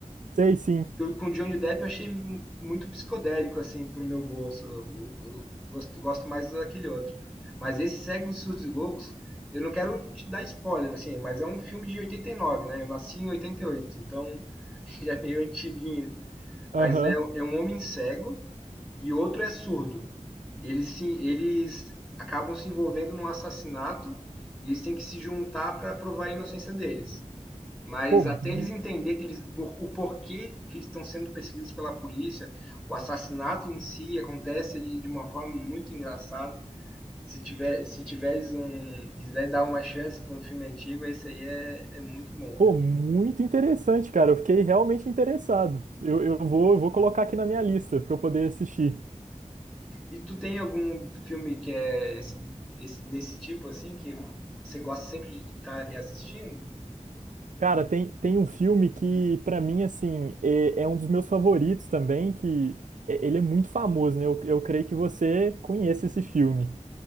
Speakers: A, on the right; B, in the centre.
A: Sei sim.
B: Eu, com o Johnny Depp eu achei mu- muito psicodélico, assim, pro meu gosto. Eu, eu gosto, gosto mais daquele outro. Mas esse Segue os Surdos e Loucos, eu não quero te dar spoiler, assim, mas é um filme de 89, né? Eu nasci em 88, então <laughs> já é meio antiguinho.
A: Aham.
B: Mas é, é um homem cego e outro é surdo. Eles, se, eles acabam se envolvendo num assassinato eles têm que se juntar para provar a inocência deles. Mas
A: Pô, mu-
B: até eles entenderem que eles, por, o porquê que eles estão sendo perseguidos pela polícia, o assassinato em si acontece de, de uma forma muito engraçada. Se tiver, se tiveres um, quiser dar uma chance para um filme antigo, esse aí é, é muito bom,
A: pô, muito interessante, cara. Eu fiquei realmente interessado. Eu, eu vou, eu vou colocar aqui na minha lista para eu poder assistir.
B: E tu tem algum filme que é esse, esse- desse tipo, assim, que você gosta sempre de estar reassistindo?
A: Cara, tem, tem um filme que, pra mim, assim, é, é um dos meus favoritos também, que é- ele é muito famoso, né? Eu, eu creio que você conhece esse filme.